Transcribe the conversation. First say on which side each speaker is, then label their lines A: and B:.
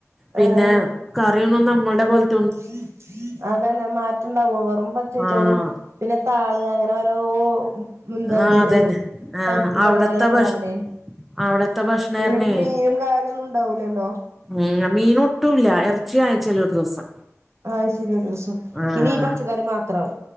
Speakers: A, in the centre; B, on the right.
A: പിന്നെ
B: ആഹ്
A: കറിയന്നും നമ്മടെ പോലെത്തെ
B: <unintelligible> അതന്നെ മാറ്റംണ്ടാവും വെറും പച്ചരിചോറും
A: ആഹ്
B: പിന്നെ താള് അങ്ങനെ ഓരോ <unintelligible> ഇഡ്ഡലി
A: ആഹ് അതന്നെ ആഹ്
B: പരിപ്പ് കറികറി
A: അവിടത്തെ
B: യണഅവിടെ
A: ഭക്ഷ അവിടത്തെ ഭക്ഷണായിരുന്നേ
B: പിന്നെ മീനും കാര്യംന്നും ഉണ്ടാവൂലല്ലോ
A: ഉം മീൻട്ടുല്ല ഇറച്ചി ആയിച്ചിലൊ ഒരു ദിവസം
B: ആ്ഹ് ആഴ്ചല്ഒരു ദിവസം
A: ആഹ്
B: പിന്നെ ഈ പച്ചക്കറി മാത്രവും